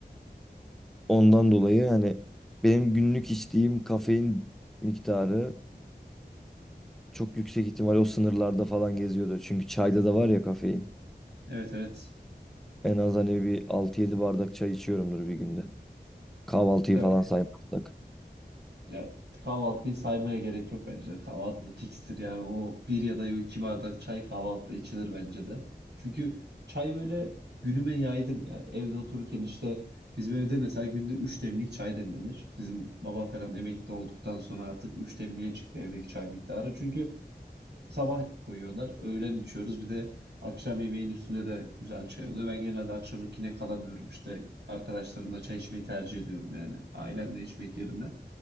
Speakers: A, in the centre; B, on the right.
A: Ondan dolayı yani benim günlük içtiğim kafein miktarı çok yüksek ihtimal o sınırlarda falan geziyordur. Çünkü çayda da var ya kafein.
B: Evet evet.
A: En az hani bir altı yedi bardak çay içiyorumdur bir günde. Kahvaltıyı
B: Ya
A: falan saymazsak.
B: Ya kahvaltıyı saymaya gerek yok bence. Kahvaltı da fikstir yani o bir ya da iki bardak çay kahvaltıda içilir bence de. Çünkü çay böyle günüme yaydım ya. Evde otururken işte bizim evde mesela günde üç demlik çay demlenir. Bizim baba falan emekli olduktan sonra artık üç demliğe çıktı evdeki çay miktarı. Çünkü sabah koyuyorlar, öğlen içiyoruz bir de akşam yemeğin üstüne de güzel çay oluyor. Ben genelde akşamınkine kalamıyorum işte arkadaşlarımla çay içmeyi tercih ediyorum yani ailemle içmek yerine.